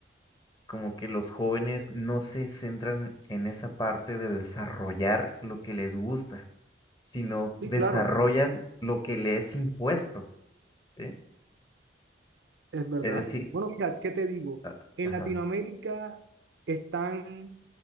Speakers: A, on the left (about 20°); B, on the right (about 75°).
A: como que los jóvenes no se centran en esa parte de desarrollar lo que les gusta, sino
B: Sí,
A: desarrollan
B: claro.
A: lo que les es impuesto, ¿sí?
B: Es verdad.
A: Es decir,
B: Bueno, mira, ¿qué te digo?
A: Ah,
B: En
A: Ajá,
B: Latinoamérica están,